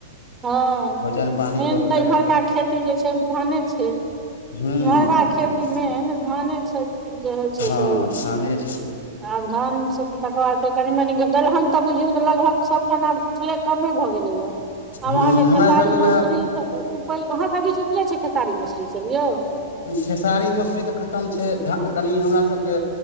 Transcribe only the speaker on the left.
भोजन पानी
लोकके
हूँ
हूँ
हँ
धाने छै
हूँ
हमरा
सबके
उएह
खेसारी मसुररी तऽ खतम छै, ध कनि हमरा सबके